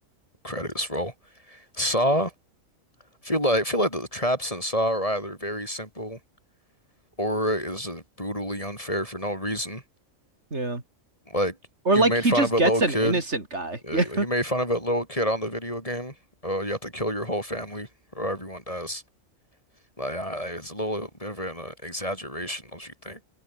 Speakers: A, on the left; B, on the right.
A: credits roll. Saw, I feel like I feel like the traps in Saw are either very simple or is just brutally unfair for no reason.
B: Yeah.
A: Like
B: Or
A: you
B: like
A: made
B: he
A: fun
B: just
A: of a
B: gets
A: little
B: an
A: kid.
B: innocent guy.
A: Uh,
B: <laughs> Yeah.
A: you made fun of a little kid on the video game. Uh, you have to kill your whole family or everyone dies. Like I, it's a little bit of an uh, exaggeration, don't you think?